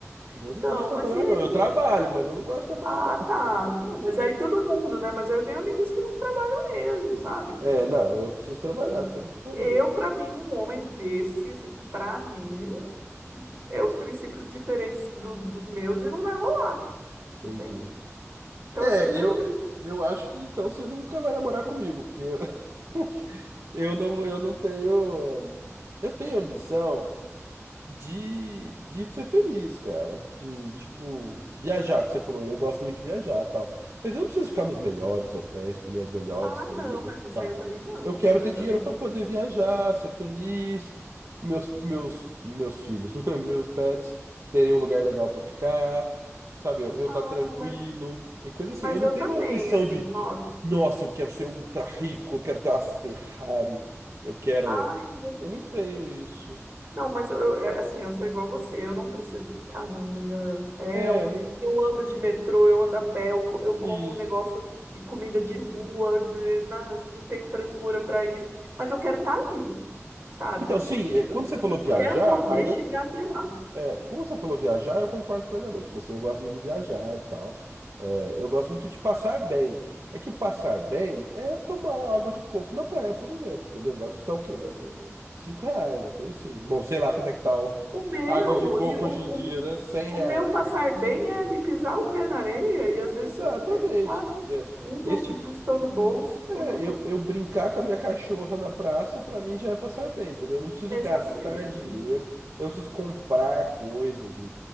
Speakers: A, on the right; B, on the right.
A: Eu
B: então,
A: não gosto de trabalhar,
B: mas e aí?
A: não. Eu trabalho, mas eu não gosto de trabalhar,
B: Ah,
A: não.
B: tá. Não, mas aí todo mundo, né? Mas aí eu tenho amigas que não trabalham mesmo, sabe?
A: É, não, eu preciso trabalhar,
B: Sim.
A: não tem muito o que fazer.
B: Eu, pra mim, um homem desse, assim, para mim, é os princípios diferentes do- dos meus e não vai rolar,
A: Entendi.
B: entende? Então,
A: É,
B: assim, meus
A: eu, eu acho que então você nunca vai namorar comigo, porque eu <laughs> eu não, eu não tenho. Eu tenho ambição. De, de ser feliz, cara. De, tipo, viajar, que você falou, eu gosto muito de viajar e tal. Mas eu não preciso ficar nos melhores hotéis, comer as melhores
B: Ah,
A: comidas
B: não, mas
A: e
B: isso
A: tal.
B: aí eu também não,
A: Eu quero
B: eu
A: ter
B: também
A: dinheiro
B: não.
A: para poder viajar, ser feliz, meus, meus, meus filhos, <laughs> meus pets terem um lugar legal para ficar, sabe? Eu, eu
B: Ah,
A: tá tranquilo
B: não, mas,
A: e coisa assim.
B: mas
A: Eu não
B: eu
A: tenho
B: também,
A: ambição
B: assim,
A: de,
B: nossa.
A: nossa, eu quero ser ultra rico, eu quero ter uma Ferrari, eu quero.
B: Ai, eu
A: Eu
B: também
A: não tenho isso.
B: Não, mas eu, eu- é, assim, eu sou igual a você, eu não preciso ficar no melhor hotel,
A: É, eu não.
B: eu ando de metrô, eu ando a pé, eu, co- eu
A: Isso.
B: como um negócio de comida de rua, de- na- não tenho frescura para isso, mas eu quero estar ali, sabe?
A: Então, sim, é, quando você falou viajar,
B: Eu quero poder
A: aí eu.
B: chegar até lá.
A: É, quando você falou viajar, eu concordo plenamente, porque assim, eu gosto muito de viajar e tal. É, eu gosto muito de passar bem. É que passar bem é tomar uma água de coco na praia, por exemplo, entendeu? Vai custar o quê?
B: Uhum.
A: Cinco reais, uma coisa assim. Bom, sei lá quanto é que tá o-
B: O
A: <laughs>
B: meu,
A: a água de coco
B: e o,
A: hoje em dia,
B: o,
A: né? Cem
B: o
A: reais.
B: meu passar bem é ali pisar o pé na areia e às vezes
A: Exatamente,
B: eu ter, sei lá,
A: entendeu?
B: um, to-
A: este
B: um tostão no bolso.
A: É,
B: <laughs>
A: Eu, eu brincar com a minha cachorra na praça, pra mim já é passar bem, entendeu? Eu não preciso
B: Exatamente.
A: gastar dinheiro, eu não preciso comprar coisas e,